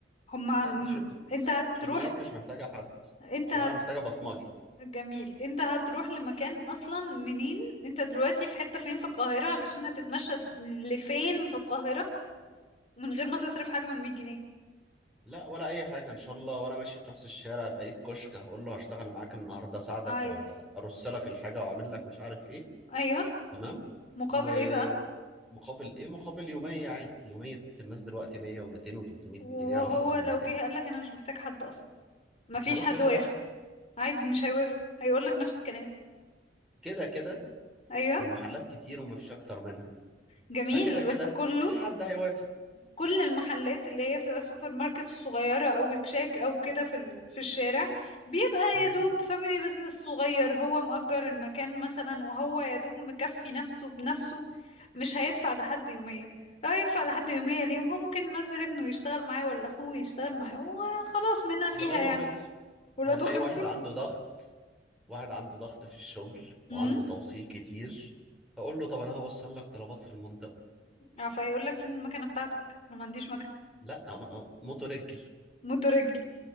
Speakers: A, on the left; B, in the centre.
A: هما عم-
B: عادي شو...
A: انت هتروح
B: شغلانات مش محتاجة حد
A: انت
B: شغلانة محتاجة بصمجي
A: جميل انت هتروح لمكان اصلا منين انت دلوقتي في حتة فين في القاهرة علشان هتتمشى لفين في القاهرة من غير ما تصرف حاجة من 100 جنيه
B: لا ولا اي حاجة ان شاء الله وانا ماشي في نفس الشارع الاقيت كشك هقول له هشتغل معاك النهاردة اساعدك
A: ايوه
B: وارص لك الحاجة واعمل لك مش عارف ايه
A: ايوه
B: تمام
A: مقابل
B: ومقابل
A: ايه بقى
B: ايه مقابل يومية عادي يومية الناس دلوقتي 100 و200 و300
A: وهو
B: جنيه على حسب
A: لو
B: المكان
A: جه قالك انا مش محتاج حد اصلا مفيش
B: هروح
A: حد
B: للي
A: وافق
B: بعده
A: عادي مش هيوافق هيقولك نفس الكلام
B: كده كده
A: ايوه
B: المحلات كتير ومفيش اكتر منها
A: جميل
B: فكده كده
A: بس كله
B: في حد هيوافق
A: كل المحلات اللي هي بتبقى سوبر ماركت صغيرة او كشاك او كده في ال... في الشارع بيبقى
B: مم.
A: يا دوب فاميلي بيزنس صغير هو مأجر المكان مثلا وهو يا دوب مكفي نفسه بنفسه مش هيدفع لحد يومية لو هيدفع لحد يومية ليه وهو ممكن ينزل ابنه يشتغل معاه ولا اخوه يشتغل معاه وخلاص منها فيها
B: ولاده
A: يعني
B: خلص
A: ولاده
B: هنلاقي
A: خلصوا
B: واحد عنده ضغط واحد عنده ضغط في الشغل وعنده
A: امم
B: توصيل كتير فاقول له طب انا هوصل لك طلبات في المنطقة
A: اه فيقول لك فين المكنة بتاعتك انا ما عنديش مكنة
B: لا م- موتو رجل
A: مترجل